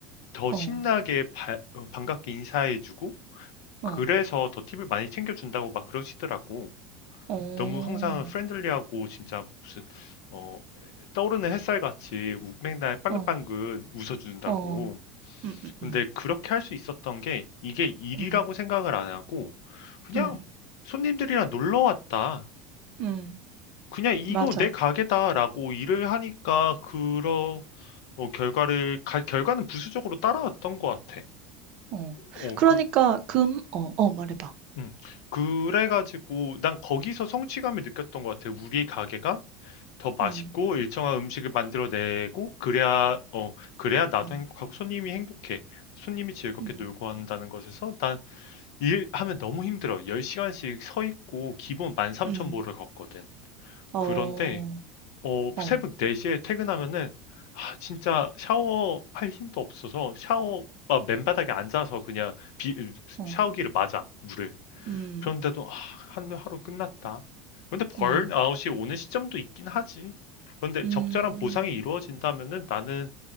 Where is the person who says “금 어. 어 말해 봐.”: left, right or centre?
Right